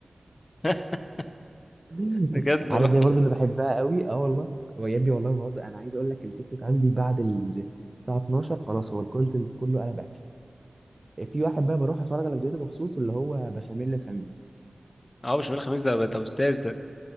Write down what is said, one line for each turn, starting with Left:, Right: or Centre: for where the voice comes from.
Left: <laughs>
Right: <laughs>
Left: بجد
Right: عارف زي برضو اللي بحبها قوي اه والله هو يا ابني والله ما بهزر انا عايز اقول لك التيك توك عندي بعد ال- الساعه 12 خلاص هو الكونتنت كله انا بقى في واحد بقى بروح اتفرج على فيديوهاته مخصوص اللي هو بشاميل الخميس
Left: اه مش بقول خميس ده ده استاذ ده